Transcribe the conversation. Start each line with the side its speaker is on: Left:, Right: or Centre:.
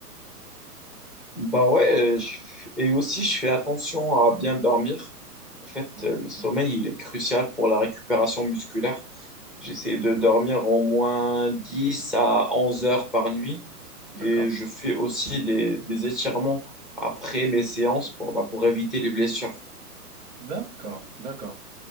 Centre: Bah ouais, euh, je f- et aussi, je fais attention à bien dormir. En fait,
Right: Mhm.
Centre: euh, le sommeil,
Right: Mhm.
Centre: il est crucial pour la récupération musculaire. J'essaie de dormir au moins 10 à 11 heures par nuit.
Right: D'accord,
Centre: Et je fais aussi des, des étirements après mes séances pour, bah, pour éviter les blessures.
Right: d'accord, d'accord.